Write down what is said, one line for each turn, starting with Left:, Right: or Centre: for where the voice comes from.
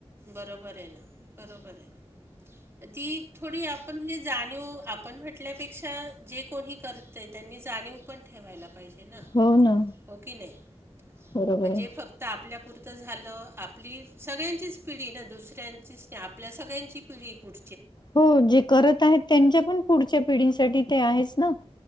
Right: बरोबर ये ना बरोबर ये. ती थोडी आपण, म्हणजे जाणीव आपण म्हटल्यापेक्षा जे कोणी कर ते त्यांनी जाणीव पण ठेवायला पाहिजे ना.
Left: हो ना
Right: हो, की नाही?
Left: बरोबर
Right: म्हणजे
Left: आहे.
Right: फक्त त आपल्यापुरतं झालं, आपली सगळ्यांचीच पिढी ना, दुसऱ्यांचीच नही, आपल्या सगळ्यांची पिढी पुढ
Left: हो जे करत आहेत, त्यांच्या पण पुढच्या पिढींसाठी ते आहेच ना.